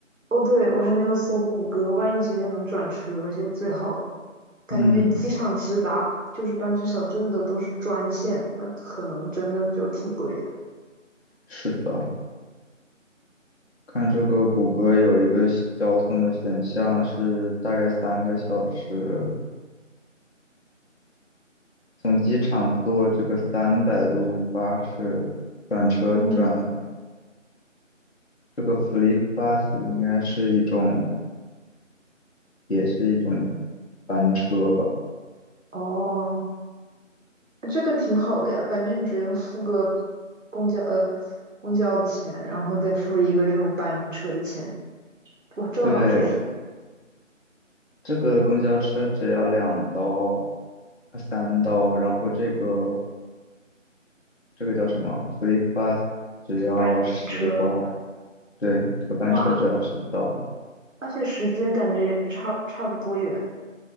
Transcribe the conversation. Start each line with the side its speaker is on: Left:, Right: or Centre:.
Right: 哦，对，我还没有搜谷歌，万一直接能转车就最好了。感觉机场直达就是班夫小镇的都是专线，
Left: 嗯，
Right: 那可能真的就挺贵的。
Left: 是的，看这个谷歌有一个选交通的选项是大概三个小时，从机场坐这个三百路巴士转车转
Right: 嗯，
Left: 这个 FlixBus 应该是一种。也是一种班车吧。
Right: 哦，这个挺好的呀，感觉就只用付个公交呃公交的钱，然后再付一个这种班车的钱，哇，这个好便宜，
Left: 对，这个公交车只要两刀、呃三刀，然后这个这个叫什么？FlixBus 只要十刀。
Right: 班车，
Left: 对，这个班车只要十刀。
Right: 哇，而且时间感觉也差差不多远，